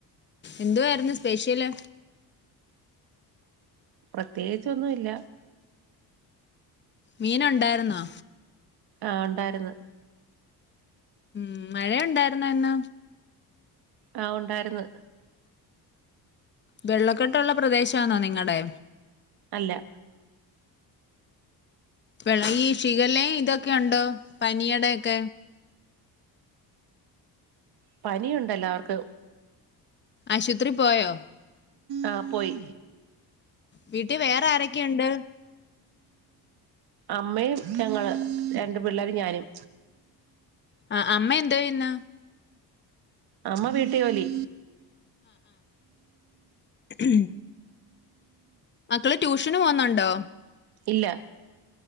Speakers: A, on the left; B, on the right.
A: എന്തുവായിരുന്നു സ്പെഷ്യല്?
B: പ്രത്യേകിച്ചൊന്നുല്ല
A: മീന്ണ്ടായിരുന്നോ?
B: ആണ്ടായിര്ന്ന്
A: ഉം മഴണ്ടായിരുന്നൊന്ന്?
B: ആ ഉണ്ടായിര്ന്ന്.
A: വെള്ളക്കെട്ടുള്ള പ്രദേശാന്നോ നിങ്ങടെ?
B: അല്ല
A: വെള്ളയീ ഷീഗല്ലെയിം ഇതൊണ്ടൊക്കെ പണിയെടുക്ക
B: പനിയുണ്ടെല്ലാർക്ക്.
A: ആശുത്രി പോയോ?
B: ആ പോയി.
A: വീട്ടിൽ വേറാരൊക്കെയുണ്ട്?
B: അമ്മേം ഞങ്ങള് രണ്ടു പിള്ളേരും ഞാനും
A: ആ അമ്മേ എന്തേയിന്ന്?
B: അമ്മ വീട്ട് ജോലി
A: ഉ മക്കള് ട്യൂഷന് പോന്കുന്നുണ്ടോ
B: ഇല്ല